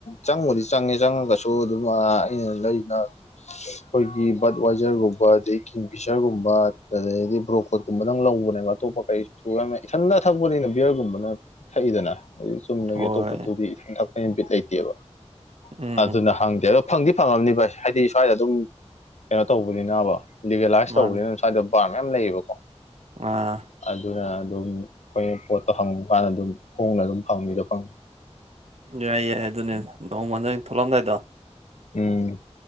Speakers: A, on the left; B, on the right.
A: ꯆꯪꯕꯗꯤ ꯆꯪꯉꯦ ꯆꯪꯉꯒꯁꯨ ꯑꯗꯨꯝ ꯑꯩꯅ ꯂꯩꯅ ꯑꯩꯈꯣꯏꯒꯤ ꯕꯔꯠ ꯋꯥꯖꯔꯒꯨꯝꯕ ꯑꯗꯗꯒꯤ ꯀꯤꯡ ꯐꯤꯁꯔꯒꯨꯝꯕ ꯑꯗꯩꯗꯤ ꯕ꯭ꯔꯣꯀꯣꯠ ꯀꯨꯝꯕꯗꯪ ꯂꯧꯕꯅꯦꯕ꯫ ꯑꯇꯣꯞꯄ ꯀꯩꯁꯨ ꯌꯥꯝ ꯏꯊꯟꯅ ꯊꯛꯄꯅꯤꯅ ꯕꯤꯌꯔꯒꯨꯝꯕꯅ ꯊꯛꯏꯗꯅ ꯍꯥꯏ ꯆꯨꯝꯅꯒꯤ
B: ꯍꯣꯏ
A: ꯑꯇꯣꯞꯄꯗꯨꯗꯤ꯫ ꯊꯛꯄ ꯕꯤꯠ ꯂꯩꯇꯦꯕ
B: ꯎꯝ
A: ꯑꯗꯨꯅ ꯍꯪꯗꯦꯔ꯫ ꯐꯪꯗꯤ ꯐꯪꯉꯝꯅꯤ ꯚꯥꯏ ꯍꯥꯏꯗꯤ ꯁ꯭ꯋꯥꯏꯗ ꯑꯗꯨꯝ ꯀꯩꯅꯣ ꯇꯧꯕꯅꯤꯅꯕ ꯂꯤꯒꯦꯂꯥꯏꯁ
B: ꯃꯥꯅꯤ
A: ꯇꯧꯕꯅꯤꯅ꯫ ꯁꯨꯋꯥꯏꯗ ꯚꯔ ꯃꯌꯥꯝ ꯂꯩꯌꯦꯕꯀꯣ
B: ꯑꯥ
A: ꯑꯗꯨꯅ ꯑꯗꯨꯝ ꯑꯩꯈꯣꯏꯅ ꯄꯣꯠꯇꯣ ꯍꯪꯀꯥꯟꯗ ꯑꯗꯨꯝ ꯍꯣꯡꯅ ꯑꯗꯨꯝ ꯐꯪꯉꯤꯗꯣ ꯐꯪ꯫
B: ꯌꯥꯏ ꯌꯥꯏ ꯑꯗꯨꯅꯦ ꯅꯣꯡꯃ ꯅꯪ ꯊꯣꯛꯂꯛꯂꯝꯗꯥꯏꯗꯣ
A: ꯎꯝ